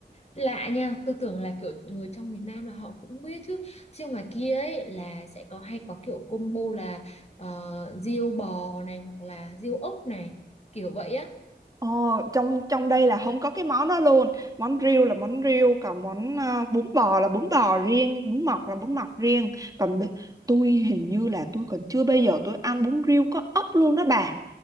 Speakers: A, on the left; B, on the right.
A: Lạ nha, tôi tưởng là kiểu người trong miền Nam là họ cũng biết chứ. Chứ ngoài kia ấy là sẽ có hay có kiểu combo là ờ, riêu bò này hoặc là riêu ốc này, kiểu vậy á.
B: ồ trong trong đây là không có cái món đó luôn món riêu là món riêu còn món ờ, bún bò là bún bò riêng bún mọc là bún mọc riêng còn bi- tôi hình như là tôi còn chưa bao giờ tôi ăn bún riêu có ốc luôn đó bà